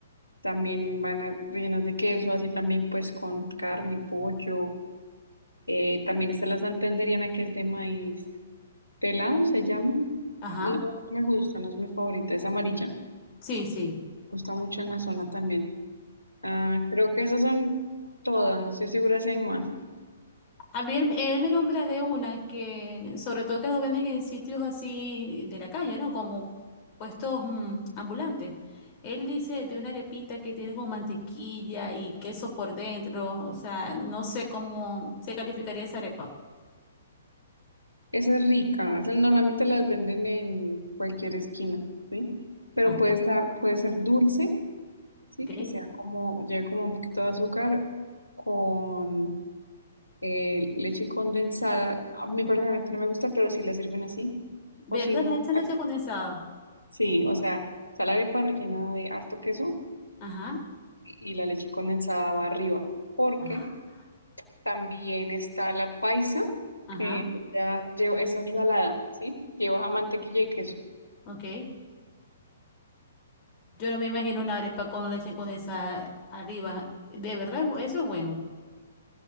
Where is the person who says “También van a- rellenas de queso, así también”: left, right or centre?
Left